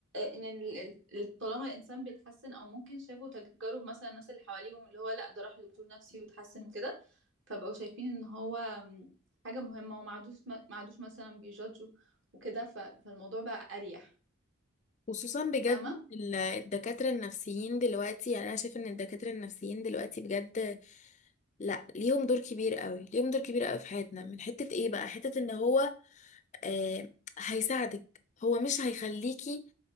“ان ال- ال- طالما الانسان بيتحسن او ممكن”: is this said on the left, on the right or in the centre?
Right